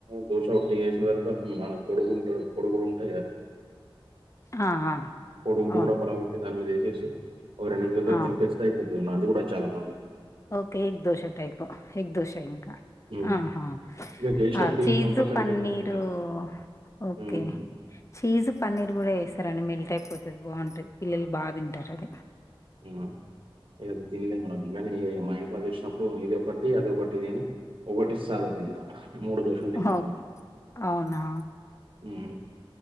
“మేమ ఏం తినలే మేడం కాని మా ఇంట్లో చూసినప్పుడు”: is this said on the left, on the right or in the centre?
Right